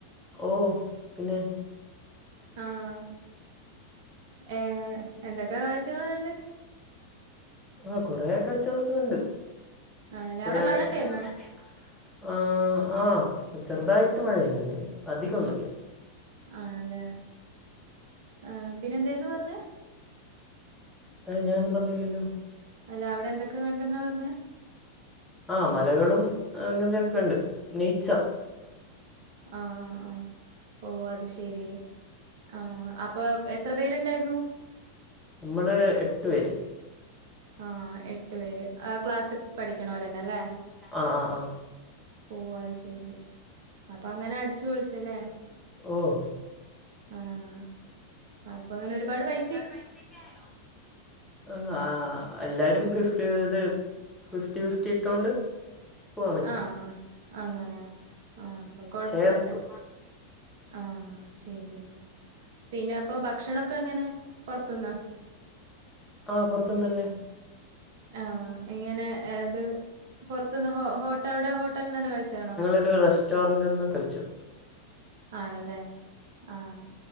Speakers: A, in the centre; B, on the right.
A: ഓഹ്, പിന്നെ
B: ആഹ്, ഏഹ് എന്തൊക്കെ കാഴ്ചകള് കണ്ട്?
A: ആഹ്, കൊറേ കാഴ്ചകളൊക്കെ കണ്ട്
B: ആണല്ലേ
A: കൊറേ,
B: അവിടെ ഇണ്ടായിരുന്നോ
A: നല്ല മഴ ഇണ്ടായി ആഹ്, ആഹ് ചെറുതായിട്ട് മഴ പെയ്യ് ന്നൊള്ളു അധികൊന്നുല്ല.
B: ആണല്ലേ, ആഹ് പിന്നെ എന്തേരുന്ന് പറഞ്ഞത്?
A: ആഹ്, ഞനൊന്നും പറഞ്ഞില്ലല്ലോ.
B: അല്ല അവിടെ എന്തൊക്കെ കണ്ട്ന്നാ പറഞ്ഞേ?
A: ആഹ്, മലകളും അങ്ങനത്തേക്ക കണ്ട് നെയ്ച്ചർ.
B: ആഹ്, ആഹ്, ഓഹ് അത് ശരി ആഹ്, അപ്പ് പ്പൊ എത്ര പേരുണ്ടായിരുന്നു?
A: നമ്മള് എട്ട് പേര്.
B: ആഹ്, എട്ടു പേര് ആഹ് ക്ലാസ്സിൽ പഠിക്കണോരന്നെല്ലേ?
A: ആ ആ ആ
B: ഓഹ്, അത് ശരി അപ്പൊ അങ്ങനെ അടിച്ചു പൊളിച്ചല്ലേ.
A: ഓ
B: ആഹ് അപ്പൊ പിന്നെ ഒരുപാട് പൈസ
A: ഒരുപാട് പൈസേക്കായോ? ആഹ്, ആഹ്, ആഹ് എല്ലാരും ഫിഫ്റ്റി ഇത് ഫിഫ്റ്റി ഫിഫ്റ്റി ഇട്ടോണ്ട് പോവാൻ പറ്റി
B: ആഹ്, അങ്ങനെ ആഹ് അപ്പൊ കൊഴപ്പല്ല.
A: ഷെയർ ഇട്ടു
B: ആഹ് ശരി പിന്നെ അപ്പൊ ഭക്ഷണൊക്കെ എങ്ങനെയാ പൊറത്ത്ന്നാ?
A: ആഹ്, പൊറത്തുന്നന്നെ.
B: ആഹ്, ഇങ്ങനെ ഇത് പൊറത്തുന്ന് ഹോ ഹോട്ട അവിടെ ഹോട്ടൽന്നന്നെ കഴിച്ചാണോ?
A: ഒരു റെസ് റ്റോറന്റിൽ നിന്ന് കഴിച്ചു.
B: ആണല്ലേ, ആഹ്.